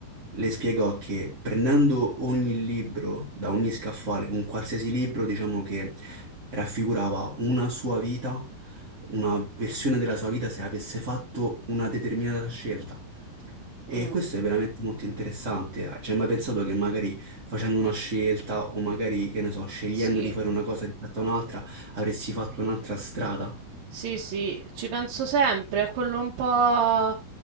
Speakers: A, on the right; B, on the right.
A: le spiegò che prendendo ogni libro da ogni scaffale, un qualsiasi libro, diciamo che raffigurava una sua vita, una versione della sua vita se avesse fatto una determinata scelta. E
B: mm,
A: questo è veramente molto interessante. eh. Cioè, mai pensato che magari facendo una scelta o magari, che ne so, scegliendo
B: sì,
A: di fare una cosa rispetto a un'altra, avresti fatto un'altra strada?
B: sì, sì, ci penso sempre, è quello un po'